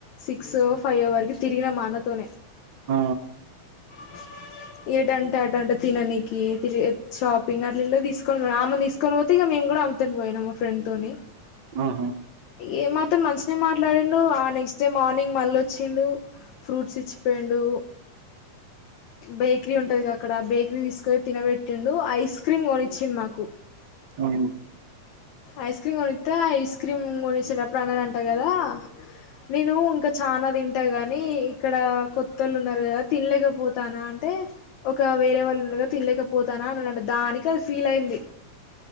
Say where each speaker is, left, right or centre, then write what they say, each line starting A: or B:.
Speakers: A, on the left; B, on the right.
A: సిక్స్ ఫైవ్ వరకు తిరిగిన మా అన్నతోనే
B: ఆ
A: <unintelligible> ట అంటే తిననికి తి షాపింగ్ అట్లా ఇ తీసుకొని ఆమెను తీసుకొని పోతే ఇక మేము కూడా అమ్తా పోయిం నేన్ ఏమో ఫ్రెండ్ తోని
B: ఆహా
A: ఏ మాత్రం మంచినే మాట్లాడిండు ఆ నెక్స్ట్ డే మార్నింగ్ మళ్ళ వచ్చిండు ఫ్రూట్స్ ఇచ్చిపోయిండు బేకరీ ఉంటది కదా అక్కడ బేకరీ తీసుకొ తినబెట్టిండు ఐస్ క్రీమ్ కొనిచ్చిండు మాకు
B: అవును
A: ఐస్ క్రీమ్ కొనిస్తా ఐస్ క్రీమ్ కొనేసేటప్పుడు అన్నడ అంటా కదా నేను ఇంకా చనా తింటా గాని ఇక్కడ కొత్త వాళ్ళు ఉన్నారు కదా తినలేకపోతానా అంటే ఒక వేరే వాళ్ళు ఉండగా తినలేకపోతానా అని దానికి అది ఫీల్ అయింది